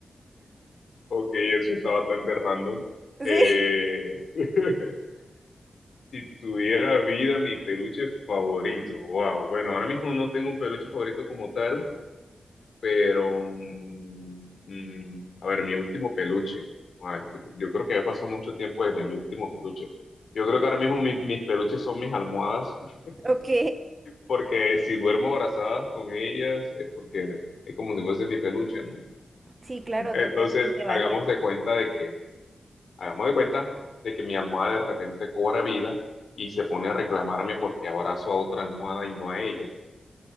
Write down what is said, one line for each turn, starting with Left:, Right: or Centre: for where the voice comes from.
Left: ok, eso estaba tan de random.
Right: Sí,
Left: Eh, <laughs> si tuviera vida, mi peluche favorito. Wow. Bueno, ahora mismo no tengo un peluche favorito como tal. Pero, mm, mm, a ver, mi último peluche. Ay, yo, yo creo que ya pasó mucho tiempo desde mi último peluche. Yo creo que ahora mismo mi- mis peluches son mis almohadas, <laughs>
Right: <laughs> ok.
Left: porque si duermo abrazadas con ellas es porque es como si fuese mi peluche, ¿no?
Right: Sí, claro,
Left: Entonces,
Right: totalmente
Left: hagamos
Right: válido.
Left: de cuenta de que, hagamos de cuenta de que mi almohada de repente cobra vida y se pone a reclamarme porque abrazo a otra almohada y no a ella.